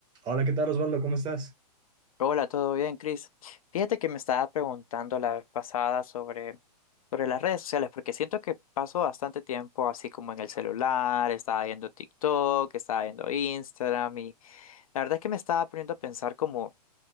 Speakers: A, on the right; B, on the left.
A: Hola, ¿qué tal Osvaldo? ¿Cómo estás?
B: Hola, ¿todo bien, Chris? Fíjate que me estaba preguntando la vez pasada sobre, sobre las redes sociales, porque siento que paso bastante tiempo así como en el celular, estaba viendo TikTok, estaba viendo Instagram y la verdad es que me estaba poniendo a pensar como